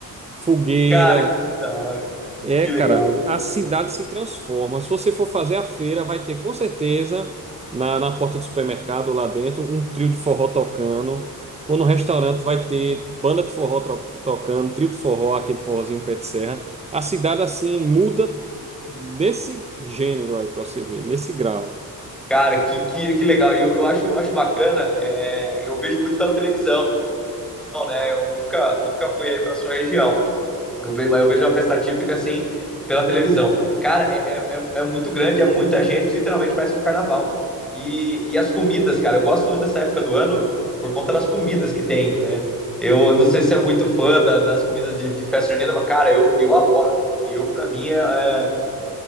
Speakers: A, on the right (about 15°); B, in the centre.
A: fogueira.
B: Cara, que da hora,
A: É,
B: que
A: cara,
B: legal.
A: a cidade se transforma. Se você for fazer a feira, vai ter com certeza na, na porta do supermercado lá dentro um trio de forró tocando. For no restaurante, vai ter banda de forró tro- tocando, trio de forró, aquele forrozinho pé de serra. A cidade assim muda nesse gênero aí pra você ver, nesse grau.
B: Cara, que, que, que legal. E eu, eu acho, eu acho bacana, é, eu vejo muito pela televisão, né? Eu nunca, nunca fui aí pra sua região. Eu vejo, mas eu vejo uma festa típica assim pela televisão. Cara, é, é, é é muito grande, é muita gente, literalmente parece um carnaval. E, e as comidas, cara, eu gosto muito dessa época do ano por conta das comidas que tem, né? Eu não sei se é muito fã da, das comidas de, de festa junina, mas, cara, eu, eu adoro. Eu, para mim, é, é,